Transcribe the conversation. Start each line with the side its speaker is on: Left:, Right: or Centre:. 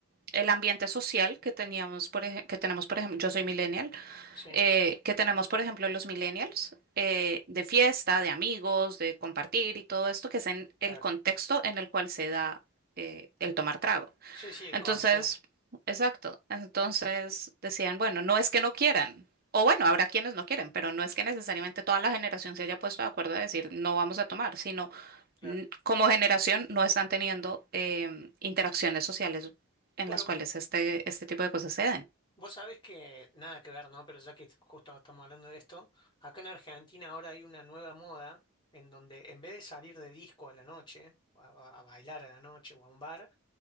Right: el ambiente social que teníamos, por ej- que tenemos, por ejemplo, yo soy millennial
Left: sí,
Right: eh, que tenemos, por ejemplo, los millennials, eh, de fiesta, de amigos, de compartir y todo esto, que es en
Left: claro.
Right: el contexto en el cual se da eh, el tomar trago.
Left: Sí, sí, el
Right: Entonces,
Left: consumo,
Right: exacto. Entonces decían, bueno, no es que no quieran. O bueno, habrá quienes no quieren, pero no es que necesariamente toda la generación se haya puesto de acuerdo a decir no vamos a tomar, sino
Left: claro.
Right: mm, como generación no están teniendo em, interacciones sociales en
Left: Bueno,
Right: las cuales este, este tipo de cosas se den.
Left: vos sabés que nada que ver, ¿no? Pero ya que justo estamos hablando de esto, acá en Argentina ahora hay una nueva moda en donde en vez de salir de disco a la noche, a a- a bailar a la noche o a un bar,